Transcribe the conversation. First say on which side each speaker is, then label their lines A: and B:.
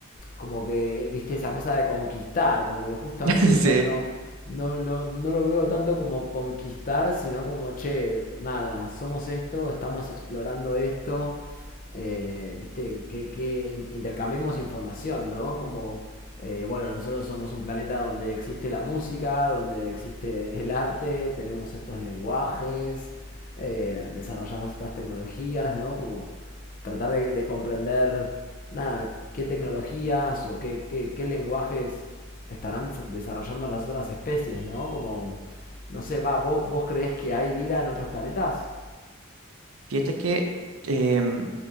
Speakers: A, on the left (about 40°); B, on the right (about 70°).
A: como que, viste, esa cosa de conquistar, como que justamente
B: <laughs>
A: yo
B: Sí.
A: no, no, no, no lo veo tanto como conquistar, sino como, che, nada, somos esto, estamos explorando esto, eh, viste, que, que in- intercambiemos información, ¿no? Como, eh, bueno, nosotros somos un planeta donde existe la música, donde existe el arte, tenemos estos lenguajes, eh, desarrollamos estas tecnologías, ¿no? Como tratar de, de comprender nada, qué tecnologías o qué, qué, qué lenguajes estarán desarrollando las otras especies, ¿no? Como, no sé, va, ¿vos, vos creés que hay vida en otros planetas?
B: Fíjate que, em,